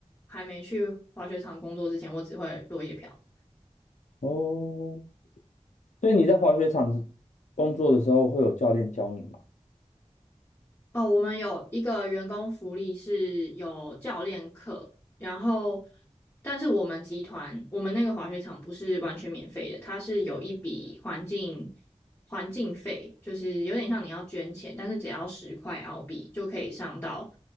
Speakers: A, on the left; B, on the left.
A: 还没去滑雪场工作之前，我只会落叶飘。
B: 哦，所以你在滑雪场工作的时候会有教练教你吗？
A: 哦，我们有一个员工福利是有教练课，然后，但是我们集团，我们那个滑雪场不是完全免费的，它是有一笔环境环境费，就是有点像你要捐钱，但是只要十块澳币就可以上到，